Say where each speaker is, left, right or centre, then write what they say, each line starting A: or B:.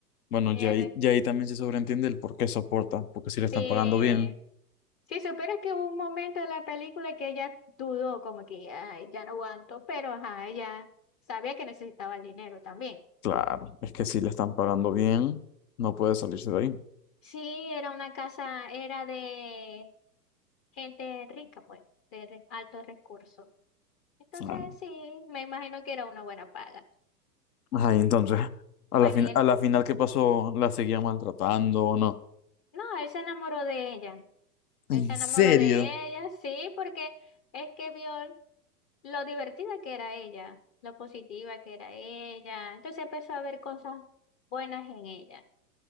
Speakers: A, on the left (about 65°); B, on the left (about 30°).
A: bueno,
B: Ella
A: ya ahí,
B: ne-
A: ya ahí también se sobreentiende el por qué soporta, porque si le están
B: sí.
A: pagando bien.
B: Si supieras que hubo un momento de la película que ella dudó, como que ay, ya no aguanto, pero ajá, ella sabía que necesitaba el dinero también.
A: Claro, es que si le están pagando bien, no puede salirse de ahí.
B: Sí, era una casa, era de gente rica, pues, de re- altos recursos. Entonces,
A: Ah.
B: sí, me imagino que era una buena paga.
A: Ajá, y entonces, a
B: Bueno,
A: la fin-
B: y él,
A: a la final, ¿qué pasó? ¿La seguía maltratando o no?
B: no, él se enamoró de ella.
A: ¿En
B: Él se enamoró
A: serio?
B: de ella, sí, porque es que vio lo divertida que era ella, lo positiva que era ella. Entonces empezó a ver cosas buenas en ella.